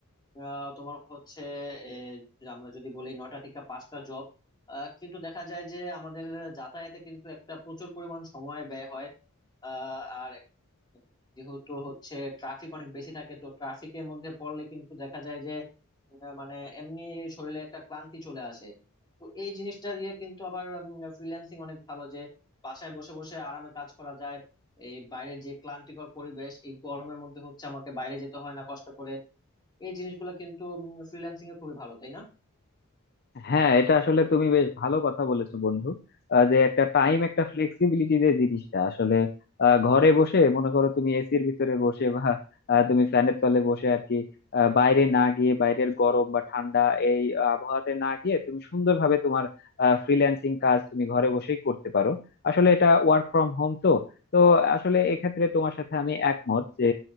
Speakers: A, on the left (about 20°); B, on the left (about 45°).
A: আহ, তোমার হচ্ছে এ, আমরা যদি বলি নয়টা থেকে পাঁচটা জব কিন্তু দেখা যায় যে আমাদের যাতায়াতে কিন্তু একটা প্রচুর পরিমাণ সময় ব্যয় হয় আহ, আর যেহেতু হচ্ছে ট্রাফিক অনেক বেশি থাকে তো ট্রাফিকের মধ্যে পড়লে কিন্তু দেখা যায় যে আহ, মানে এমনি শরীরে একটা ক্লান্তি চলে আসে তো এই জিনিসটা দিয়ে কিন্তু আবার ফ্রিল্যান্সিং অনেক ভালো যে বাসায় বসে বসে আরামে কাজ করা যায় এই বাইরে যে ক্লান্তিকর পরিবেশ এই গরমের মধ্যে হচ্ছে আমাকে বাইরে যেতে হয় না কষ্ট করে এই জিনিসগুলো কিন্তু ফ্রিল্যান্সিং এ খুবই ভালো তাই না
B: হ্যাঁ এটা আসলে তুমি বেশ ভালো কথা বলেছো বন্ধু আহ, যে একটা টাইম একটা ফ্লেক্সিবিলিটি যে জিনিসটা আসলে আহ, ঘরে বসে মনে করো তুমি এসির ভিতরে বসে বা আহ, তুমি ফ্যানের তলে বসে আর কি আহ, বাইরে না গিয়ে বাইরের গরম বা ঠান্ডা এই আবহাওয়াতে না গিয়ে তুমি সুন্দরভাবে তোমার ফ্রিল্যান্সিং কাজ তুমি ঘরে বসেই করতে পারো আসলে এটা ওয়ার্ক ফ্রম হোম তো তো আসলে এক্ষেত্রে তোমার সাথে আমি একমত যে